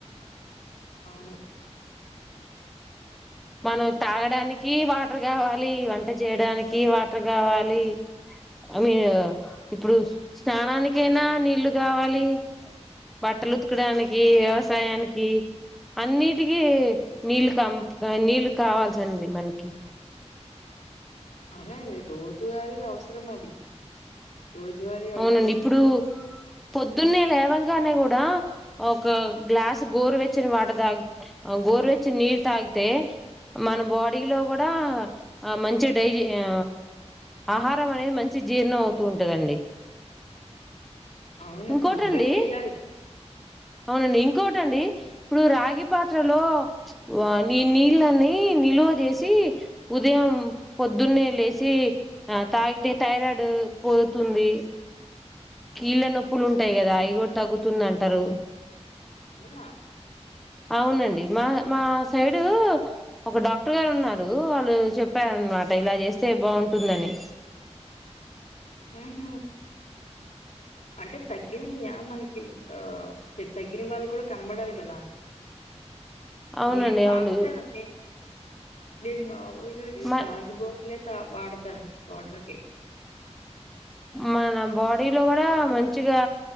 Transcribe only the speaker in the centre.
మనం తాగడానికి వాటర్ గావాలి వంట జేయడానికి వాటర్ గావాలి అమీను ఇప్పుడు స్నానానికైనా నీళ్లు గావాలి బట్టలు ఉతకడానికి వ్యవసాయానికి అన్నిటికీ నీళ్ళు కం నీళ్ళు కావాల్సండి మనకి
అవునండి
ఇప్పుడు పొద్దున్నే లేవన్ గానే గూడా ఒక గ్లాసూ గోరువెచ్చిన వాటర్ తాగి అగోరువేచ్చిన నీరు తాగి అతే మనం బాడీలో గోడా మంచి డైజే ఆ ఆహారం అనేది మంచి జీర్ణం అవుతూ ఉంటదండి
ఇంకోటండి
అవునండి కోటండి ఇప్పుడు రాగి పాత్రలో నీ నీళ్ళన్నీ నిలువజేసి ఉదయం పొద్దున్నే లేసి ఆ తాగితే థైరాయిడ్ పోతుం ది కీళ్ళ నొప్పులు ఉంటాయి గదా అయి గూడా తగ్గుతుందంటారు.
అవునండి మా మా సైడు ఒక డాక్టర్ గారు ఉన్నారు వాళ్ళు చెప్పారు అ ఇలా చేస్తే బాగుంటుందని
అవునండి
అవును
మ
మన బాడీ లో కూడా మంచిగా